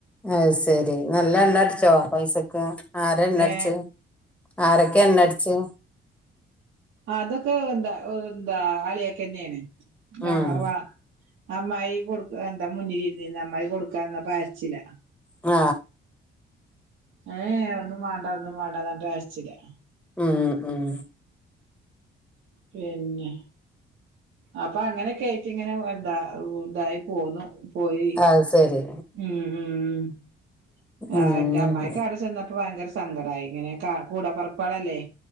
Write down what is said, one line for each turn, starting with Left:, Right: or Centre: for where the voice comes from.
Centre: അത് ശരി നല്ല എണ്ണ അടിച്ചോ പൈസ ഒക്ക ആരാ എണ്ണ
Right: ഏ
Centre: അടിച്ചതു ആരൊക്കെ എണ്ണ അടിച്ച്
Right: അതൊക്കെ എന്താ എന്താ അളിയൊക്കെ തന്നെയാണ് രക
Centre: ഉം
Right: വ അമ്മായി കൊടുക്ക എന്താ മുന്നില ഇരുന്നീന്ന് അമ്മായി കൊടുക്കാന്ന പച്ചില്ല
Centre: ആ
Right: ഏയ് ഒന്നും വാണ്ട ഒന്നും വാണ്ട എന്ന് പറഞട്ട് രാശിച്ചില്ലേ
Centre: ഉം ഉ ഉം
Right: പിന്നെ അപ്പൊ അങ്ങനെക്കെ ആയിട്ട് ഇങ്ങനെ എന്താ ഇതായി പോന്നു പോയി
Centre: അത് ശരി
Right: ഉം ഉം ഉ ആ
Centre: ഉം
Right: എന്റ അമ്മായിക്ക് അവിടെ ചെന്നപ്പോ ഭയങ്കര സങ്കടായി ഇങ്ങനെക്ക കൂടപെറപ്പുകളല്ലേ